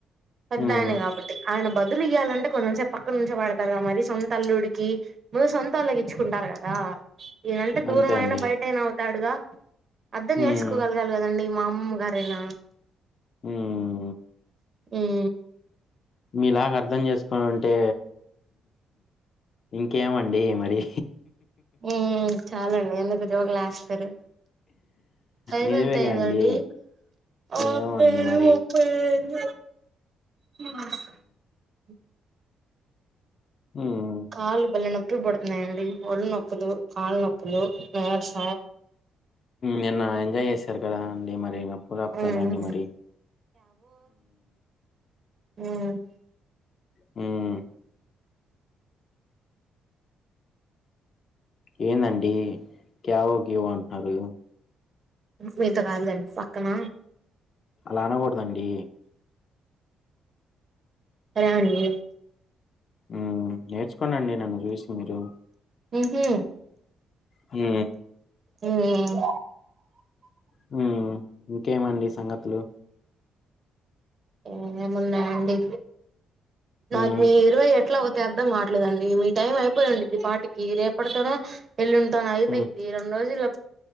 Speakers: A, on the right; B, on the left.
A: పెద్ద
B: హ్మ్.
A: ఆయనే కాబట్టి ఆయన బదులు ఇయ్యాలంటే కొంచం సేపు పక్క నుంచ పడతారుగాద మరి సొంత అల్లుడికి ముందు సొంత వాళ్ళకి ఇచ్చుకుంటారు కదా ఏనంటే
B: అంతే
A: దూరం
B: అండి.
A: అయినా బయట అనా అవుతాడుగా అర్థం
B: హ్మ్.
A: చేసుకోగలగాలి కదండి మా హుమ్ గారేనా
B: ఉమ్
A: ఉమ్
B: మీలాగ అర్థం చేసుకోని ఉంటే ఇంకేమండి మరి
A: ఉ చాల అండి ఎందుకు జోకులేస్తారు టైమ్
B: నిజమేగా
A: ఎంత అయిందండి
B: అండి.
A: ఆరు
B: ఏమో అండి మరి.
A: ముప్పై ఐదు న ఉ
B: ఉమ్మ్
A: కాళ్ళు బలే నొప్పులు పెడుతున్నాయండి ఒళ్ళు నొప్పులు కాళ్లు నొప్పులు నీరస
B: నిన్న ఎంజాయ్ చేశారు. కదా అండి మరి చెప్తారా
A: ఉమ్
B: అండి మరి
A: హ్మ్మ్
B: హుమ్ ఏందండి క్యావో గివో అంటున్నారు
A: మీతో కాదు లేండి పక్కన
B: అలా అనకూడదండి
A: సరే అండి
B: హూ నేర్చుకోండి అండి నన్ను చూసి మీరు
A: ఉహూ
B: హూ
A: హ్మ్మ్
B: హు ఇంకేమండి ఈ సంగతి లు
A: ఏమేం వున్నాయండి
B: హ్మ్
A: నాకు ఈ ఇరవై ఎట్లా అర్థంవట్లేదండి మీ టైం అయిపోయి ఉంటది ఇ పాటికి రేపటితోనో ఎల్లుడితో అయిపోయిద్ది
B: హ్మ్
A: రెండు రోజు ల్లో